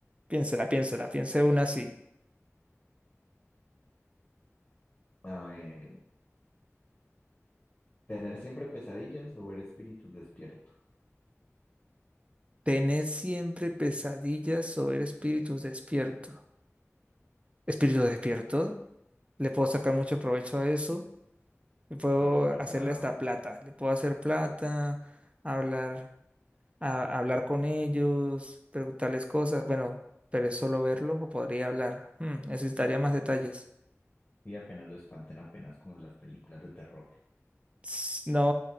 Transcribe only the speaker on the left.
a ver. Tener siempre pesadillas o ver espíritus despierto.
Sí, es verdad.
Y apenas lo espanten, apenas como en las películas de terror.